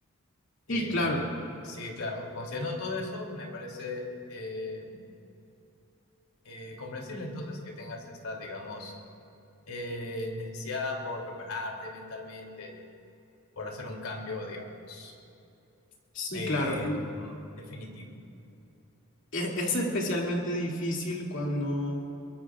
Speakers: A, on the left (about 80°); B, on the left (about 60°).
A: Eh,
B: Y claro,
A: sí, claro, considerando todo eso, me parece eh, eh, comprensible entonces que tengas esta, digamos, eh, necesidad por prepararte mentalmente, por hacer un cambio, digamos,
B: sí,
A: eh,
B: claro.
A: mm, definitivo.
B: es Es especialmente difícil cuando,